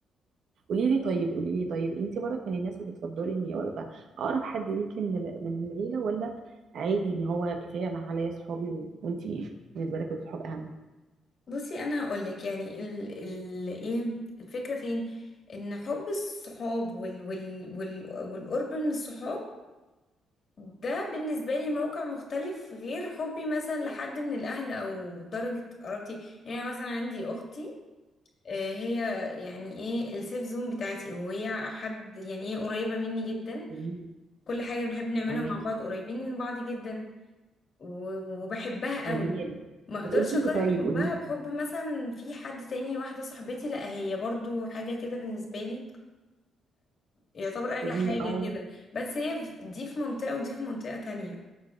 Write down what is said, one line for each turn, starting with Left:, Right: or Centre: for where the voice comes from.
Right: قولي لي طيب قولي لي طيب انت برضك من الناس اللي بتفضلي ان يبقى اقرب حد ليكي من ال- من العيله ولا عادي ان هو كفايه انا عليا صحابي و- وانت بالنسبه لك الصحاب اهم
Left: بصي انا هقولك يعني ال ال ايه الفكره فين ان حب الصحاب وال وال وال والقرب من الصحاب ده بالنسبة لي موقع مختلف غير حبي مثلا لحد من الأهل أو درجة قرابتي يعني أنا مثلا عندي أختي آه، هي يعني ايه السيف زون بتاعتي وهي حد يعني ايه قريبة مني جدا
Right: جميل
Left: كل حاجة بنحب نعملها
Right: فاهماكي
Left: مع بعض قريبين من بعض جدا و- وبحبها
Right: جميل
Left: قوي ما اقدرش
Right: قولي
Left: اقارن
Right: لي طيب
Left: حبها
Right: قولي لي
Left: بحب مثلا في حد تاني واحدة صاحبتي لا هي برضو حاجة كده بالنسبة لي يعتبر اغلى
Right: يعني
Left: حاجة
Right: اه
Left: كده بس هي في- دي في منطقة ودي في منطقة تانية